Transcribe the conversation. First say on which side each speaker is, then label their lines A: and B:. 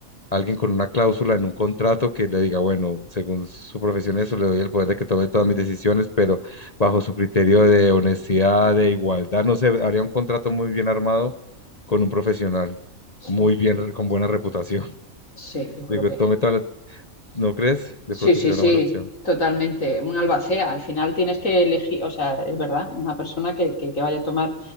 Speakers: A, on the left; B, on the left.
A: alguien con una cláusula en un contrato que le diga, bueno, según su profesión eso, le doy el poder de que tome todas mis decisiones, pero bajo su criterio de honestidad, de igualdad, no sé, haría un contrato muy bien armado con un profesional,
B: sí.
A: muy bien, con buena reputación. <laughs>
B: Sí, yo creo
A: Digo,
B: que
A: tome todas las, ¿no crees? De
B: sí,
A: pronto
B: sí,
A: sería
B: sí,
A: una buena opción.
B: totalmente. Un albacea. Al final tienes que elegir, o sea, es verdad, una persona que, que- que vaya a tomar